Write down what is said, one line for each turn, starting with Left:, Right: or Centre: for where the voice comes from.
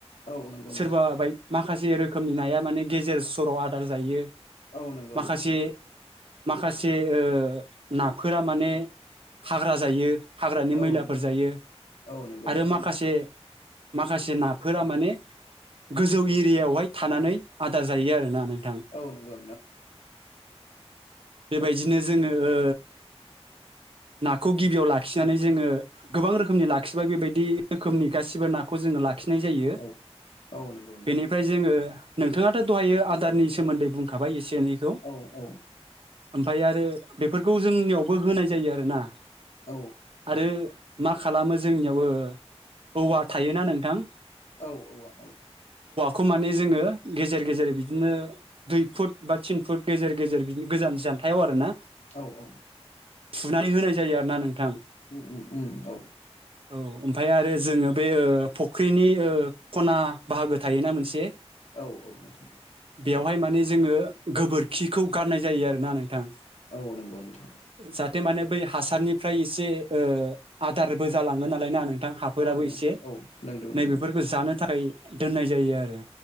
Left: औ नंगौ
Right: सोरबा
Left: नोंथां
Right: बाय माखासे रोखोमनि नाया माने गेजेर सराव आदार जायो
Left: औ नंगौ
Right: माखासे
Left: नोंथां औ
Right: माखासे जे ओनाफोरा माने हाग्रा जायो हाग्रानि
Left: औ
Right: मैलाफोर
Left: नंगौ
Right: जायो
Left: औ नंगौ
Right: आरो
Left: नोंथां
Right: माखासे
Left: नंगौ
Right: माखासे नाफोरा माने गोजौ एरियायावहाय थानानै आदार जायो आरोना नों
Left: औ नंगौ <inaudible>
Right: बेबायजिनो जोंङो ओ। नाखौ गिबियाव लाखिनानै जोंङो गोबां रोखोमनि लाखिबाय बेबायदि रोखोमनि गासिबो नाखौ जोंङो लाख खिनाय जायो
Left: औ औ नंगौ नोंथां
Right: बेनिफ्राय जोंङो। नोंथाङाथ दहायायो आदारनि सोमोन्दै बुंखाबाय एस सेनैखौ
Left: औ औ
Right: ओमफाय आरो बेफोरखौ। जोंनियावबो होनाय जायो आरोना।
Left: औ
Right: आरो मा खालामो जोंनियावबो औवा थायोना नोंथां।
Left: औ औवा औ।
Right: खुमानि जोंङो गेजेर-गेजेर बिदिनो दुइ फुट बा थिन फुट गेजेर-गेजेर बिदि गोजान जानथायाव आरो ना।
Left: औ-औ।
Right: फुनानै होनाय जायो आरो ना नोंथां।
Left: उम-उम औ।
Right: औ। ओमफाय आरो जोंङो बे ओ। फुख्रिनि ओ खना बाहागो थायोना मोनसे।
Left: औ-औ मेथाम।
Right: बेवहाय माने जोंङो गोबोरखिखौ गारनाय जायो आरोना नोंथां।
Left: औ नंगौ नोंथां।
Right: जाहाथे माने बै हा हासारनिफ्राय एसे ओ आदारबो जालाङो नालाय ना नों थां हाफोराबो
Left: औ नंगौ
Right: एसे
Left: नंगौ
Right: नैबेफोरखौ जानो थाखाय। दोननाय जायो आरो।